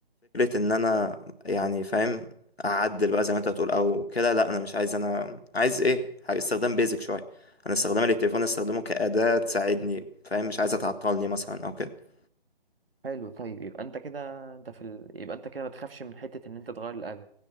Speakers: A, on the left; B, on the right.
A: ان انا يعني فاهم اعدل بقى زي ما انت هتقول او كده لا انا مش عايز انا عايز ايه حاجة- استخدام بيزك شوية انا استخدامي للتليفون استخدمه كأداة تساعدني فاهم مش عايزة تعطلني مثلا او كده
B: حلو طيب يبقى أنت كده أنت في ال... يبقى أنت كده ما تخافش من حتة إن أنت تغير الآبل